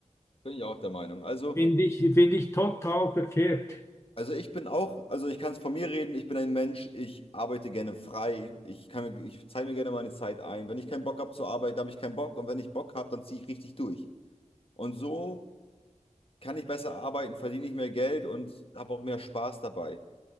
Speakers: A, on the left; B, on the left.
A: bin ich auch der Meinung. Also,
B: Finde ich, finde ich total verkehrt.
A: also ich bin auch, also ich kann es von mir reden, ich bin ein Mensch, ich arbeite gerne frei, ich kann, mir- ich zeige mir gerne meine Zeit ein. Wenn ich keinen Bock habe zu arbeiten, habe ich keinen Bock und wenn ich Bock habe, dann ziehe ich richtig durch. Und so kann ich besser arbeiten, verdiene ich mehr Geld und habe auch mehr Spaß dabei.